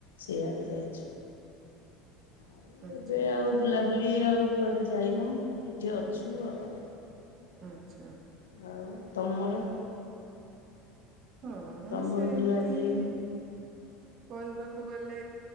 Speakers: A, on the left; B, on the right.
A: ସେଇଆଡ଼େ ଯାଇଛି। ଆଉ
B: ଆଚ୍ଛା
A: ଏବେ ଆଉ ବୁଲାବୁଲି ଆଉ କୁଆଡ଼େ ଯାଇନୁ ଏଠି ଅଛୁ ଆଉ।
B: ଆଚ୍ଛା।
A: ଆଉ ତମର?
B: ହଁ,
A: ତମର
B: ସେମିତି
A: ବୁଲାବୁଲି
B: କହିବାକୁ ଗଲେ